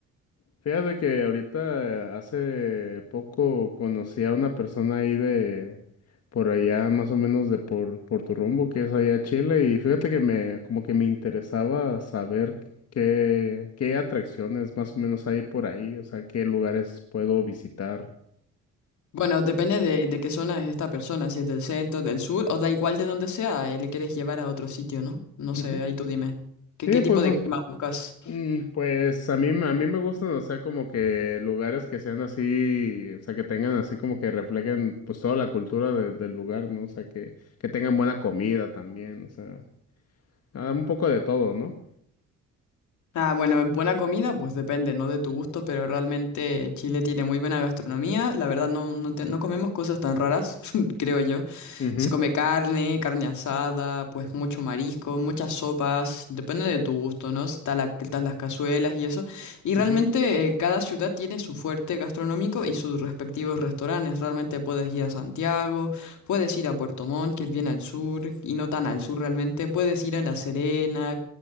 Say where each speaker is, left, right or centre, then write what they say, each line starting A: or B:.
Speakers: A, on the left (about 55°); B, on the left (about 70°).
A: Fíjate que ahorita eh, hace poco conocí a una persona ahí de por allá, más o menos de por, por tu rumbo, que es allá Chile, y fíjate que me como que me interesaba saber qué, qué atracciones más o menos hay por ahí, o sea, qué lugares puedo visitar.
B: Bueno, depende de, de qué zona es esta persona, si es del centro, del sur, o da igual de donde sea, eh, le quieres llevar a otro sitio, ¿no? No
A: Ujú.
B: sé, ahí tú dime. ¿Qué,
A: Sí,
B: qué tipo
A: pues,
B: de
A: o
B: clima buscas?
A: Mm, Pues a mí, a mí me gustan, o sea, como que lugares que sean así, o sea, que tengan así como que reflejen pues toda la cultura de- del lugar, ¿no? O sea, que, que tengan buena comida también, o sea, ah, un poco de todo, no
B: Ah, bueno, en buena comida, pues depende, ¿no? De tu gusto, pero realmente Chile tiene muy buena gastronomía. La verdad, no, no, te- no comemos cosas tan raras, <laughs> creo yo.
A: Mhm,
B: Se come carne, carne asada, pues mucho marisco, muchas sopas, depende de tu gusto, ¿no? Está la, están las cazuelas y eso. Y realmente
A: mhm,
B: eh, cada ciudad tiene su fuerte gastronómico y sus respectivos restaurantes. Realmente puedes ir a Santiago, puedes ir a Puerto Montt, que es bien al sur, y no tan al sur realmente. Puedes ir a La Serena.